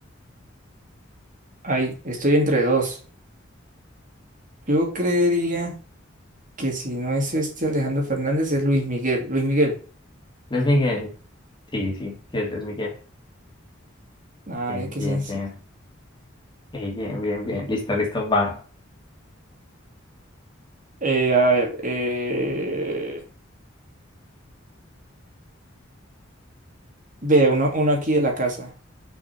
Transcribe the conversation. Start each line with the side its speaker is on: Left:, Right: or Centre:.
Right: ay, estoy entre dos. Yo creería que si no es este Alejandro Fernández, es Luis Miguel. Luis Miguel.
Left: Luis Miguel. Sí, sí, sí, es Luis Miguel.
Right: A
Left: Bien,
Right: ver, qué
Left: bien,
Right: sencillo.
Left: bien. Eh, bien, bien, bien. Listo, listo, va.
Right: Eh, a ver, eh, ve, uno, uno aquí de la casa.